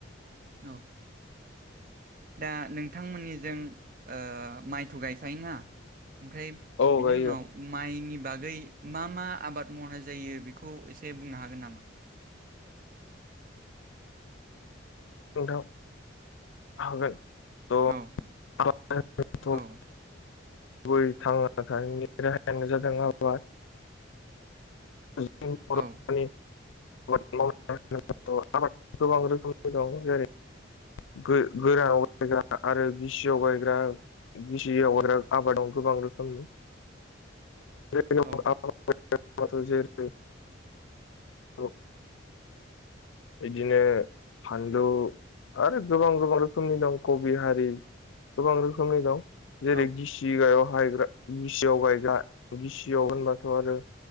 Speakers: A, on the right (about 45°); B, on the left (about 80°).
A: औ दा नोंथांमोननिजों ओ माइथ' गायखायोना ओमफ्राय
B: औ
A: बिनि
B: गायो
A: उनाव माइनि बागै मा मा आबाद मावनाय जायो बेखौ एसे बुंनो हागोन नामा
B: नोंथां हागोन <unintelligible>
A: औ
B: <unintelligible>
A: औ
B: गुबै थांना थानायनि राहायानो जादों आबाद जों बर'नि
A: औ
B: <unintelligible> आबाद माव आबाद गोबां रोखोमनि दं जेरै गो गोरानाव गायग्रा आरो गिसियाव गायग्रा गिसियाव आरो आबादाव गोबां रोखोमनि <unintelligible>
A: औ
B: <unintelligible> <unintelligible> बिदिनो फानलु आरो गोबां गोबां रोखोमनि दं कबि हारि गोबां रोखोमनि दं जेरै
A: औ
B: गि सि हायाव हायग्रा गिसियाव गायग्रा गिसियाव होनबाथ' आरो